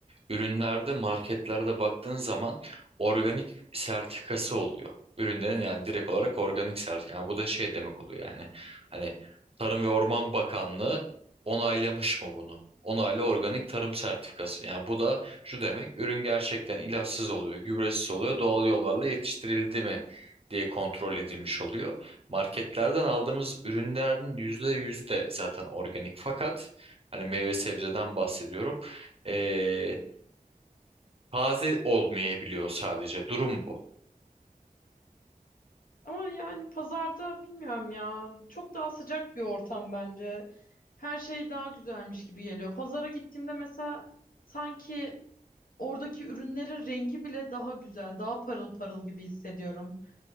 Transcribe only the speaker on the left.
Ama yani pazarda bilmiyorum ya. Çok daha sıcak bir ortam bence. Her şey daha güzelmiş gibi geliyor. Pazara gittiğimde mesela sanki oradaki ürünlerin rengi bile daha güzel, daha parıl parıl gibi hissediyorum.